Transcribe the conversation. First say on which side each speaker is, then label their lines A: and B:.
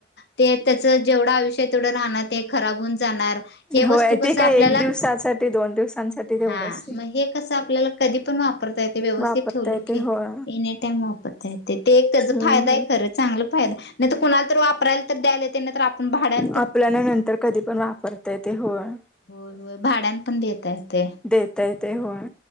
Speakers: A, on the left; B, in the centre.
A: ते त्याच जेवढं आयुष्य. ते राहणार ते खराब होऊन जाणार हे
B: होय
A: वस्तू कस
B: ते काय
A: आपल्याला,
B: एक दिवसासाठी दोन दिवसांसाठी तेवढंच
A: हा
B: ते
A: मग हे कसं आपल्याला कधी पण वापरता येते व्यवस्थित
B: वापरता
A: ठेवले
B: येते
A: की
B: होय
A: एनी टाइम वापरता येत. ते एक त्याचा
B: हम्म
A: फायदा
B: हम्म.
A: आहे खरं चांगला फायदा नाहीर कुणाला तर वापरायला तर द्यायला ते नाही तर आपण भाड्या
B: आपल्याला नंतर कधी पण वापरतय ते होय.
A: हो हो भाड्यां पण देतय ते
B: देत येत होय